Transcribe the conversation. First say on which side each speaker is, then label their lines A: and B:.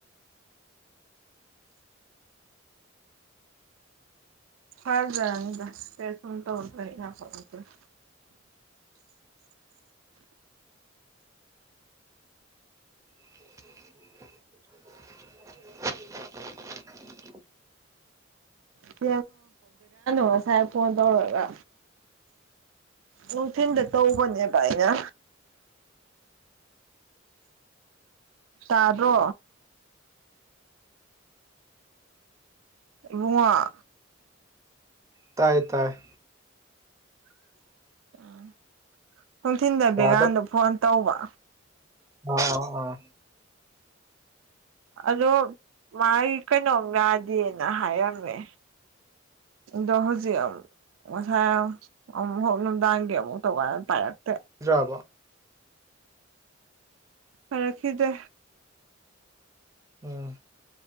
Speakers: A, on the right (about 80°); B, on the right (about 15°).
A: ꯐꯥꯖꯔꯅꯤꯗ <unintelligible>
B: <unintelligible>
A: <unintelligible> ꯉꯁꯥꯏ ꯐꯣꯟ ꯇꯧꯔꯒ ꯅꯨꯡꯊꯤꯟꯗ ꯇꯧꯕꯅꯦꯕ ꯑꯩꯅ ꯇꯥꯗ꯭ꯔꯣ ꯎꯕꯨꯡꯉꯣ
B: ꯇꯥꯏꯌꯦ ꯇꯥꯏꯌꯦ
A: ꯎꯝ ꯅꯨꯡꯊꯤꯟꯗ
B: ꯇꯥꯗ
A: ꯕꯦꯒꯥꯟꯗ ꯐꯣꯟ ꯇꯧꯕ
B: ꯑꯥ ꯑꯥ
A: ꯑꯗꯣ ꯃꯥꯒꯤ ꯀꯩꯅꯣꯝ ꯌꯥꯗꯦꯅ ꯍꯥꯏꯔꯝꯃꯦ ꯗꯣ ꯍꯧꯖꯤ ꯑꯝ ꯉꯁꯥꯏ ꯑꯃꯨꯛꯐꯥꯎ ꯅꯨꯡꯗꯥꯡꯒꯤ ꯑꯃꯨꯛ ꯇꯧꯀꯥꯟꯅ ꯄꯥꯏꯔꯛꯇꯦ
B: ꯌꯥꯥꯕꯣ
A: ꯄꯥꯏꯔꯛꯈꯤꯗ꯭ꯔꯦ
B: ꯎꯝ